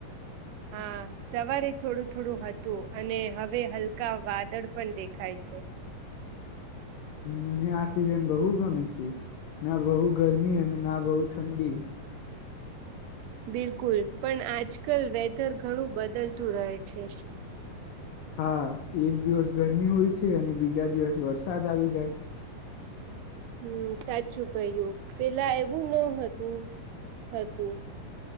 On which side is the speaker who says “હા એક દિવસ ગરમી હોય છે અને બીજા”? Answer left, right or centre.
Left